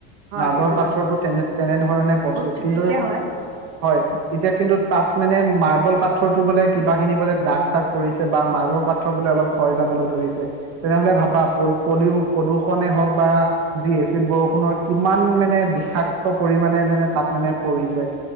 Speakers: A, on the right (about 80°); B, on the right (about 45°).
A: হয়
B: মাৰ্বল
A: হয় এইটো
B: পাথৰতো
A: জানো বাৰু
B: তেনে তেনেধৰণে প্ৰস্তুত
A: বহুত চিকচিকীয়া
B: কিন্তু
A: হয়
B: হয় এতিয়া কিন্তু তাত মানে মাৰ্বল পাথৰটো বোলে কিবা খিনি বোলে দাগ চাগ পৰিছে বা মাৰ্বল পাথ বোলে অলপ ক্ষয় যাবলৈ ধৰিছে তেনেহলে ভাবা পল পলিউ পলিউষণে হওক বা যি এচিড বৰষুণৰ কিমান মানে বিষাক্ত পৰিমাণে মানে তাত মানে পৰিছে,